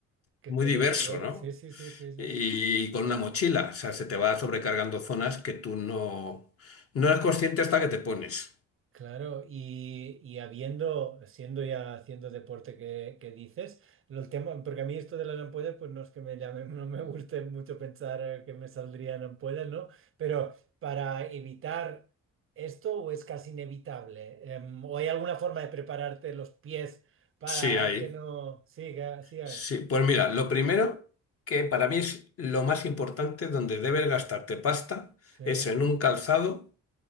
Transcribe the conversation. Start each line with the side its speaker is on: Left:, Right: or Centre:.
Right: Que
Left: muy
Right: tiene
Left: diverso,
Right: piel.
Left: ¿no?
Right: Sí, sí, sí, sí, sí.
Left: Y con una mochila, o sea, se te va sobrecargando zonas que tú no, no eres consciente hasta que te pones.
Right: Claro, y, y habiendo, siendo ya haciendo deporte que, que dices, lo- el tema, porque a mí esto de las ampollas, pues no es que me llamen, <laughs> no me guste mucho pensar eh, que me saldrían ampollas, ¿no? Pero para evitar esto, ¿o es casi inevitable? Em, ¿o hay alguna forma de prepararte los pies para
Left: Sí, ahí.
Right: que no siga, siga
Left: Sí,
Right: hay.
Left: pues mira, lo primero que para mí es lo más importante donde debes gastarte pasta
Right: Sí,
Left: es en un calzado